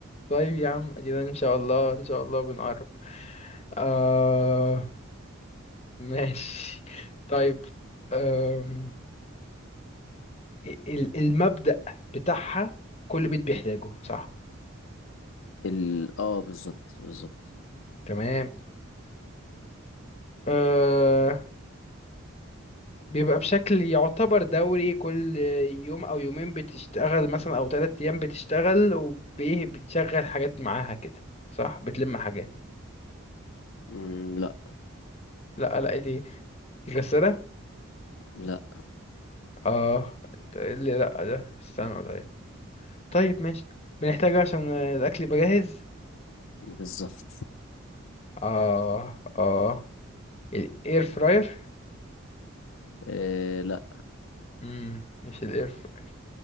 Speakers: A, on the left; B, on the left.
A: طيب يا عم ادينا ان شاء الله ان شاء الله بنقرب آه ماشي طيب آم، ال- المبدأ بتاعها كل بيت بيحتاجه صح
B: ال اه بالظبط بالظبط
A: تمام آه، بيبقى بشكل يعتبر دوري كل يوم او يومين بتشتغل مثلا او ثلاث ايام بتشتغل وبيه بتشغل حاجات معاها كده صح بتلم حاجات
B: مم، لا
A: لا لقيت ايه الغسالة
B: لا
A: اه انت إيه اللي لا ده استنى طيب طيب ماشي بنحتاجه عشان الاكل يبقى جاهز
B: بالظبط
A: اه اه الاير فراير
B: آه لا
A: امم مش الاير فراير